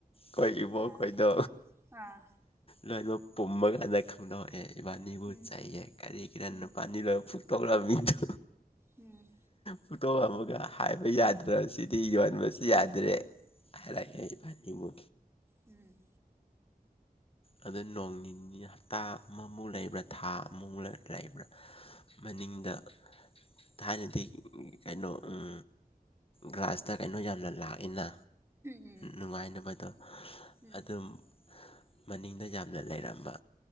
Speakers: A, on the left; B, on the right.
A: ꯀꯛꯏꯕ ꯑꯩꯈꯣꯏꯗ
B: ꯑꯥ ꯑꯥ
A: ꯂꯣꯏꯅꯃꯛ ꯄꯨꯝꯃ ꯀꯥꯟꯗ ꯈꯪꯗꯣꯛꯑꯦ ꯏꯕꯥꯅꯤꯕꯨ
B: ꯎꯝ
A: ꯆꯩꯌꯦ ꯀꯔꯤꯒꯤꯈꯤꯇꯪ
B: ꯎꯝ ꯎꯝ
A: ꯅꯨꯄꯥꯅꯤ ꯂꯣꯏꯅ ꯇ ꯑꯣꯥ ꯃꯤꯕꯤꯖ
B: ꯎꯝ꯫
A: ꯄꯣꯇꯣ ꯑꯃꯒ ꯍꯥꯏꯕ ꯌꯥꯗ꯭ꯔ ꯁꯤꯗꯤ ꯌꯣꯟꯕꯁꯨ ꯌꯥꯗ꯭ꯔꯦ ꯑꯔ ꯐꯅꯤꯃ
B: ꯎꯝ
A: ꯑꯗꯨ ꯅꯣꯡ ꯅꯤꯅꯤ ꯍꯞꯇꯥ ꯑꯃꯃꯨꯛ ꯂꯩꯕ꯭ꯔꯥ ꯊꯥ ꯑꯃꯃꯨꯛ ꯂꯩꯕ꯭ꯔꯥ ꯃꯅꯤꯡꯗ ꯊꯥꯏꯅꯗꯤ ꯀꯩꯅꯣ ꯑꯡ꯫ ꯒ꯭ꯔꯥꯁꯇ ꯀꯩꯅꯣ ꯌꯥꯝꯅ ꯂꯥꯛꯏꯅ
B: ꯎꯝ
A: ꯅꯨꯡꯉꯥꯏꯅꯕꯗꯣ꯫
B: ꯎꯝ
A: ꯑꯗꯨꯝ ꯃꯅꯤꯡꯗ ꯌꯥꯝꯅ ꯂꯩꯔꯝꯕ